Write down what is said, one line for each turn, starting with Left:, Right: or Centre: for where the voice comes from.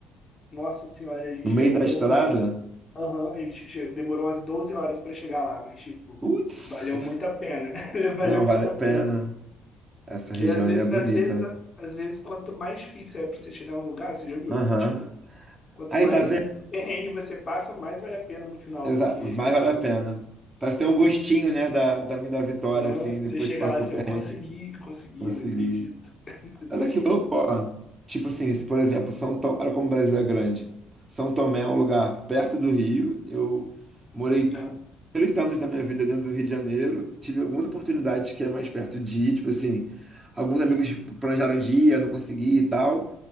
Left: Nossa Senhora, a gente
Right: No meio
Left: demorou
Right: da estrada?
Left: umas Aham, e che- che- demorou umas 12 horas pra chegar lá, mas, tipo,
Right: Putz,
Left: valeu muito a pena. <laughs> Valeu
Right: não vale
Left: muito
Right: a
Left: a pena.
Right: pena. Essa
Left: Porque
Right: região
Left: às vezes,
Right: ali é bonita.
Left: às vezes, às vezes, quanto mais difícil é pra você chegar num lugar, você já viu?
Right: Aham.
Left: Tipo, quanto
Right: Aí,
Left: mais
Right: tá vendo?
Left: perrengue você passa, mais vale a pena no final.
Right: Exa
Left: Porque
Right: mas vale a pena. Parece ter um gostinho, né, da, da, da vitória,
Left: aham,
Right: assim,
Left: você
Right: depois
Left: chega
Right: que passou
Left: lá, você,
Right: o perrengue,
Left: eu consegui, consegui,
Right: conseguir
Left: não acredito. <laughs> Depois
Right: Olha que
Left: de tudo.
Right: louco, ó. Tipo assim, se, por exemplo, São Tomé, olha como o Brasil é grande. São Tomé é um lugar perto do Rio. Eu morei
Left: Aham,
Right: 30 anos da minha vida dentro do Rio de Janeiro. Tive algumas oportunidades que é mais perto de ir, tipo assim, alguns amigos planejaram de ir, eu não consegui e tal.